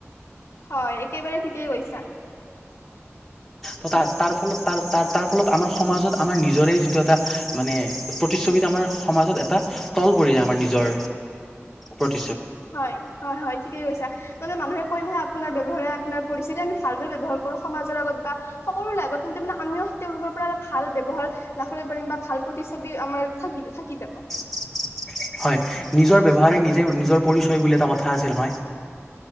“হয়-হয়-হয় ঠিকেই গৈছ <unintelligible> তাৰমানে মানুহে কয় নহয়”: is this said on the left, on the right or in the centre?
Left